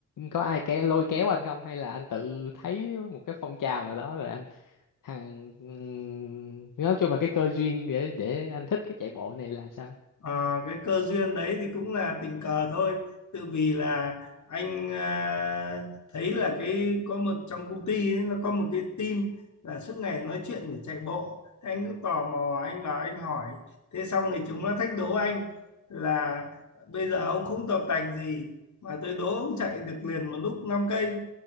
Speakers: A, on the left; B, on the left.
A: có ai kéo lôi kéo anh không hay là anh tự thấy một cái phong trào nào đó rồi anh thằng ừm, nói chung là cái cơ duyên để để anh thích cái chạy bộ này là sao
B: Ờ, cái cơ duyên đấy thì cũng là tình cờ thôi tự vì là anh à, thấy là cái có một trong công ty ấy, nó có một cái team là suốt ngày nói chuyện để chạy bộ thế anh cứ tò mò anh vào anh hỏi thế xong thì chúng nó thách đố anh là bây giờ ông không tập tành gì mà tôi đố ông chạy được liền một lúc năm cây